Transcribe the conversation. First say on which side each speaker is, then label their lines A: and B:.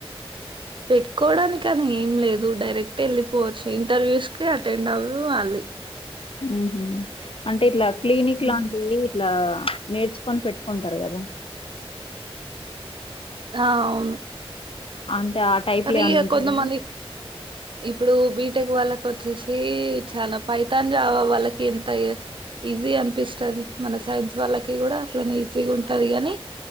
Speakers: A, on the right (about 55°); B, on the left (about 65°).
A: పెట్టుకోవడానికి అని ఏం లేదు, డైరెక్ట్ వెళ్ళిపోవచ్చు ఇంటర్వ్యూస్ కి అటెండ్ అవ్ వాళ్ళీ
B: మ్మ్ హు అంటే ఇట్లా క్లినిక్
A: హ్మ్.
B: లాంటివి ఇట్లా నేర్చుకొని పెట్టుకుంటరు కదా
A: ఆ అవును
B: అంటే ఆ టైప్‌లో
A: కానీ
B: ఏమన్నా
A: ఇగ
B: ఉంటదా?
A: కొంతమంది ఇప్పుడు బీటెక్ వాళ్ళకి వచ్చేసి చాలా ఫైతాన్, జావా, వాళ్ళకి ఇంత ఎ ఈజీ అనిపిస్తది మన సైన్స్ వాళ్ళకి కూడా అట్లనే ఈజీగా ఉంటది కానీ.